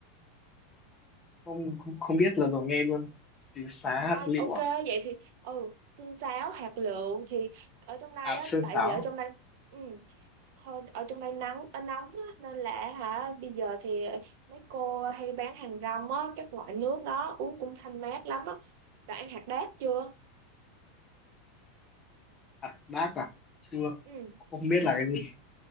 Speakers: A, on the left (about 20°); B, on the right (about 60°).
A: không không, không biết lần đầu nghe luôn xíu xá
B: À,
A: hạt lựu
B: ok
A: à
B: vậy thì ừ xương sáo hạt lựu thì ở trong đây
A: hạt
B: á
A: sơn
B: tại
A: sáo
B: vì ở trong đây ừ, Thôi, ở trong đây nắng ờ, nóng á, nên là hả bây giờ thì mấy cô hay bán hàng rong á các loại nước đó uống cũng thanh mát lắm á bạn ăn hạt đác chưa
A: hạt đác à chưa
B: ừ
A: không biết là cái gì